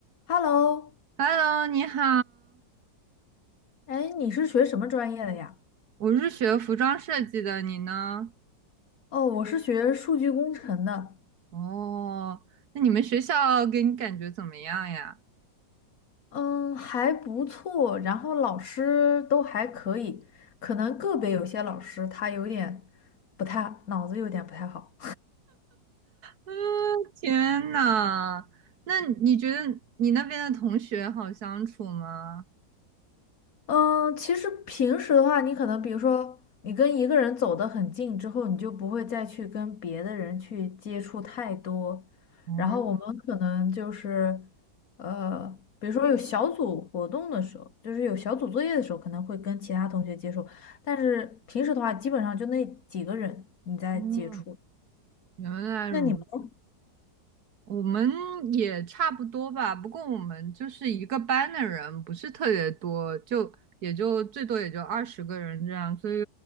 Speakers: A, on the left; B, on the right.
A: Hello，
B: Hello，你好，
A: 哎，你是学什么专业的呀？
B: 我是学服装设计的，你呢？
A: 哦，我是学数据工程的，
B: 哦，那你们学校给你感觉怎么样呀？
A: 嗯，还不错，然后老师都还可以，可能个别有些老师他有点不太，脑子有点不太好。
B: 嗯，天呐，那你觉得你那边的同学好相处吗？
A: 嗯，其实平时的话，你可能比如说，你跟一个人走得很近之后，你就不会再去跟别的人去接触太多。
B: 哦，
A: 然后我们可能就是，呃，比如说有小组活动的时候，就是有小组作业的时候，可能会跟其他同学接触。但是平时的话，基本上就那几个人你在接触。
B: 哦，原来如
A: 那你们呢？
B: 我们也差不多吧，不过我们就是一个班的人，不是特别多，就也就最多也就二十个人这样，所以